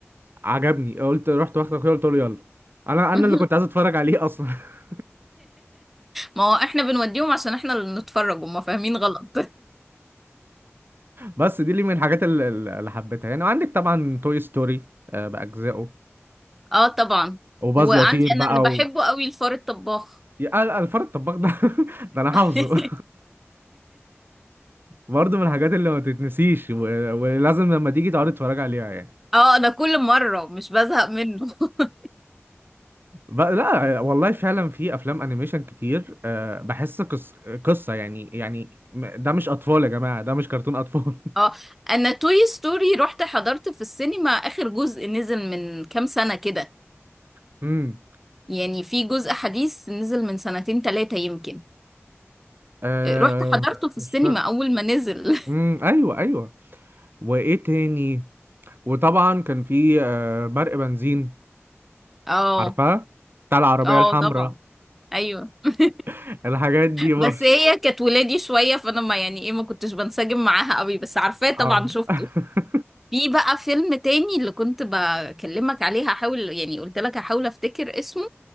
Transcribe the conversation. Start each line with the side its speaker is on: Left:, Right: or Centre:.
Right: عجبني قلت رحت واخد اخويا قلت له يلا انا انا
Centre: <laughs>
Right: اللي كنت عايز اتفرج عليه اصلا <laughs>
Centre: ما هو احنا بنوديهم عشان احنا اللي نتفرج وما فاهمين غلط
Right: بس دي اللي من الحاجات ال- ال- اللي حبيتها يعني وعندك طبعا توي ستوري باجزائه
Centre: <laughs> اه طبعا
Right: وباز
Centre: وعندي
Right: يطير بقى
Centre: انا اللي بحبه قوي الفار الطباخ
Right: يا قال الفار الطباخ ده <laughs> ده انا حافظه
Centre: <laughs>
Right: <laughs> برضه من الحاجات اللي ما تتنسيش و... ولازم لما تيجي تقعد تتفرج عليها يعني
Centre: اه انا كل مرة مش بزهق منه <laughs>
Right: ب... لا والله فعلا في افلام انيميشن كتير أه بحس قص... قصه يعني يعني م- ده مش اطفال يا جماعه ده مش كرتون اطفال
Centre: اه انا توي ستوري رحت حضرت في السينما اخر جزء نزل من كام سنة كده
Right: <laughs> امم
Centre: يعني في جزء حديث نزل من سنتين تلاتة يمكن
Right: أه
Centre: رحت حضرته في
Right: مش
Centre: السينما
Right: فاكر
Centre: أول ما نزل
Right: امم ايوه ايوه وايه تاني وطبعا كان في أه برق بنزين
Centre: <laughs> اه
Right: عارفاه بتاع العربيه
Centre: اه
Right: الحمراء
Centre: طبعا ايوه <laughs>
Right: <laughs> الحاجات دي برضه
Centre: بس هي كانت ولادي شوية فانا ما يعني ايه ما كنتش بنسجم معاها قوي بس عارفاه طبعا
Right: اه
Centre: شفته
Right: <laughs>
Centre: في بقى فيلم تاني اللي كنت بكلمك عليه هحاول يعني قلت لك هحاول افتكر اسمه